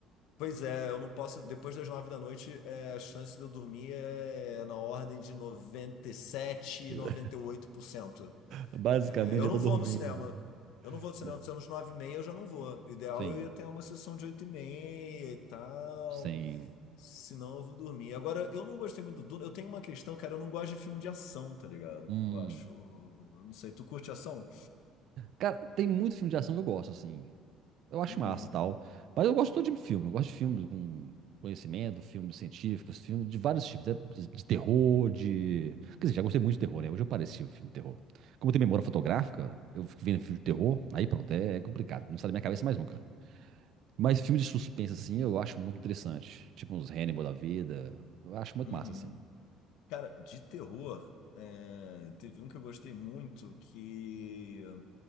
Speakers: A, on the left (about 85°); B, on the right (about 60°).
A: Pois é, eu não posso. Depois das nove da noite, é, a chance de eu dormir é na ordem de noventa noventa e e sete,
B: <laughs>
A: noventa e oito por cento.
B: Basicamente,
A: É, Eu
B: já tô
A: não
B: dormindo.
A: vou no cinema. Eu não vou no cinema.
B: É.
A: Se é nos nove e meia, eu já não vou. O ideal
B: Sim,
A: é eu ia ter uma sessão de oito e meia e tal.
B: sim.
A: Senão eu vou dormir. Agora, eu não gostei muito do Duna. Eu tenho uma questão, cara. Eu não gosto de filme de ação, tá ligado?
B: Hum.
A: Eu acho. Eu não sei. Tu curte ação?
B: Cara, tem muito filme de ação que eu gosto, assim. Eu acho
A: Uhum.
B: massa e tal. Mas eu gosto de todo tipo de filme. Eu gosto de filmes com conhecimento, filmes científicos, filmes de vários tipos. né? De terror, de. Quer dizer, já gostei muito de terror, né? Hoje eu pareci o filme de terror. Como eu tenho memória fotográfica, eu fico vendo filme de terror, aí pronto, é é complicado. Não sai da minha cabeça mais nunca. Mas filme de suspense, assim, eu acho muito interessante. Tipo uns Hannibal da vida. Eu acho muito
A: Uhum.
B: massa, assim.
A: Cara, de terror. é, Teve um que eu gostei muito que,